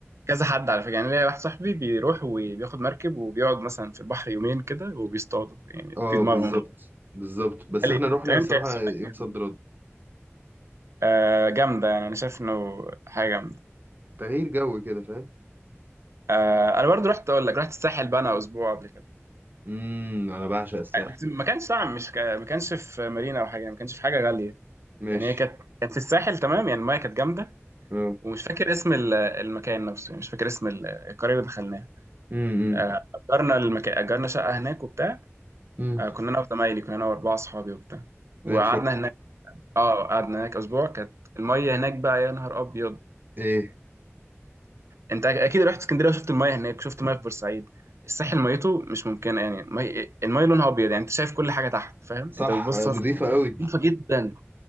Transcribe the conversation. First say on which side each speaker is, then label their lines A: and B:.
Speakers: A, on the right; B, on the right.
A: كذا حد على فكره يعني ليا واحد صاحبي بيروح وبياخد مركب وبيقعد مثلا في البحر يومين كده وبيصطادوا يعني
B: اه
A: دي دماغهم
B: بالظبط بالظبط بس
A: قال
B: احنا
A: لي
B: رحنا
A: طب انت
B: الصراحة
A: لسه
B: يوم
A: بتاكد
B: صد
A: مين؟
B: رد
A: آه جامده يعني انا شايف انه حاجه جامده
B: تغيير جو كده فاهم
A: آه انا برضو رحت اقول لك رحت الساحل بقى انا اسبوع قبل كده
B: امم انا بعشق الساحل
A: آه، بس ما كانش طبعا مش ك... ما كانش في مارينا او حاجه ما كانش في حاجه غاليه
B: ماشي
A: يعني هي كانت كانت في الساحل تمام يعني المايه كانت جامده
B: اه
A: ومش فاكر اسم ال- المكان نفسه يعني مش فاكر اسم ال- القريه اللي دخلناها
B: امم
A: آه، اجرنا المكان اجرنا شقه هناك وبتاع
B: امم
A: آه، كنا انا وزمايلي كنا انا واربعه اصحابي وبتاع وقعدنا
B: زي الفل
A: هناك اه قعدنا هناك اسبوع كانت الميه هناك بقى يا نهار ابيض
B: ايه
A: انت اكيد رحت اسكندريه وشفت المايه هناك شفت مايه في بورسعيد الساحل ميته مش ممكنه يعني مي... المايه لونها ابيض يعني انت شايف كل حاجه تحت فاهم
B: صح
A: انت بتبص
B: نظيفة
A: مثلا
B: قوي
A: نظيفه جدا